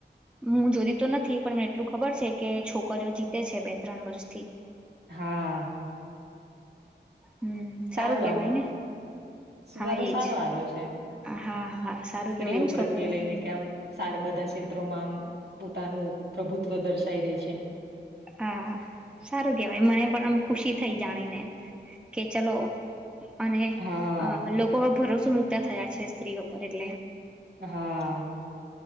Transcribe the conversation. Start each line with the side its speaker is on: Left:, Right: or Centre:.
Centre: હું જોતી તો નથી પણ મને એટલું ખબર છે કે છોકરીઓ જીતે છે બે ત્રણ વર્ષથી
Right: હા
Centre: હમ
Right: સારું
Centre: કેવાય
Right: આમ
Centre: ને
Right: સુધારો
Centre: હા એજ
Right: સારો આવ્યો છે એમ
Centre: હા હા સારું
Right: સ્ત્રીઓ
Centre: કેવાય ને
Right: પ્રત્યે
Centre: છોકરીઓને
Right: લઈને કે આમ સારા બધા ક્ષેત્રોમાં આમ પોતાનું પ્રભુત્વ દર્શાઈ રહી છે
Centre: હા સારુ કેવાય મને પણ આમ ખુશી થઈ જાણીને કે ચલો અને
Right: હા
Centre: અ લોકો ભરોસો મુકતા થયા છે સ્ત્રીઓ પર એટલે
Right: હા